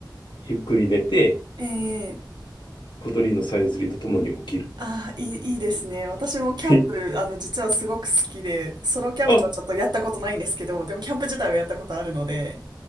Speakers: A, on the left; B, on the right.
A: ゆっくり寝て、
B: ええ、
A: 小鳥のさえずりとともに起きる。
B: ああ、いい、いいですね。私もキャンプ、
A: <laughs>
B: あの、実はすごく好きで、ソロキャンプはちょっとやったことないんですけど、
A: あ、
B: でもキャンプ自体はやったことあるので、